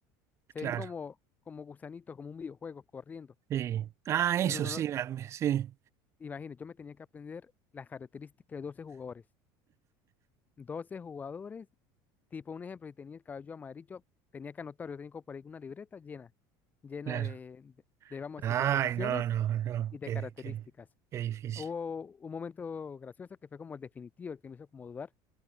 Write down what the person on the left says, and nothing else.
Se
ven como, como gusanitos, como un videojuego, corriendo
y
uno no,
Imagínate, yo me tenía que aprender las características de 12 jugadores. doce jugadores, tipo un ejemplo, si tenía el cabello amarillo, tenía que anotar, yo tengo por ahí una libreta llena, llena
de, de- de, vamos a
decir, de posiciones
y de
características.
Hubo un momento gracioso que fue como el definitivo, el que me hizo como dudar,